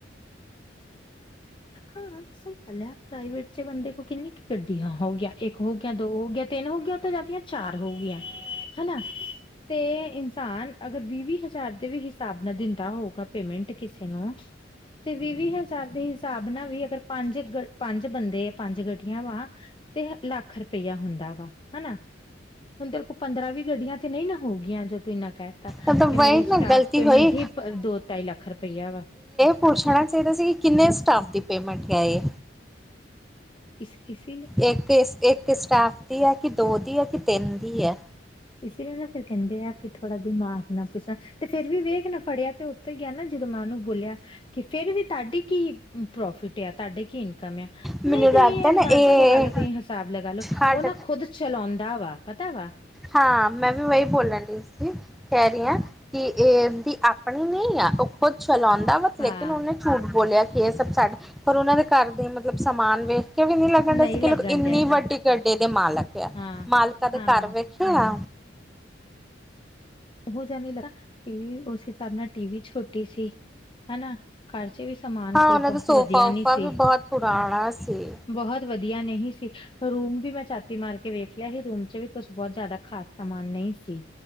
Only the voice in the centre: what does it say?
ਮਤਲਬ
ਵਹੀ
ਨਾ
ਗ਼ਲਤੀ
ਹੋਈ
ਪੂਛਣਾ ਚਾਹੀਦਾ ਸੀ ਕਿ ਕਿੰਨੇ ਸਟਾਫ ਦੀ ਪੇਮੈਂਟ ਹੈ ਐ।
ਏੱਕ ਏ ਏੱਕ ਸਟਾਫ ਦੀ ਐ ਕਿ ਦੋ ਦੀ ਐ ਕਿ ਤਿੰਨ ਦੀ ਐ।
ਮੈਨੂੰ
ਲੱਗਦਾ
ਨਾ ਇਹ
ਹਟ
ਹਾਂ, ਮੈਂ ਵੀ ਵਈ ਬੋਲਣ ਡਈ ਸੀ। ਕੈ ਰੀ ਆਂ ਕਿ ਏ ਏਦੀ ਆਪਣੀ ਨੀ ਆ ਓ ਖੁਦ ਚਲਾਂਦਾ ਵਾ
ਲੇਕਿਨ ਓਨੇ ਝੂਠ ਬੋਲਿਆ ਕਿ ਏ ਸਭ ਸਾਡ ਪਰ ਓਨਾਂ ਨੇ ਘਰ ਦੇ ਮਤਲਬ ਸਮਾਨ ਵੇ ਕਿਓਂਕਿ ਮੇਨੰ ਲੱਗਣ ਡਿਆ
ਸੀ ਕਿ
ਲੋਕ ਏਨੀ
ਵੱਡੀ ਗੱਡੀ ਦੇ ਮਾਲਕ ਏਐ।
ਮਾਲਕਾਂ ਦੇ
ਘਰ ਵਿੱਚ ਪੋ ਆ
ਉਹਨਾਂ
ਦਾ ਸੋਫਾ
ਉਫਾ
ਵੀ ਬਹੁਤ ਪੁਰਾਣਾ ਸੀ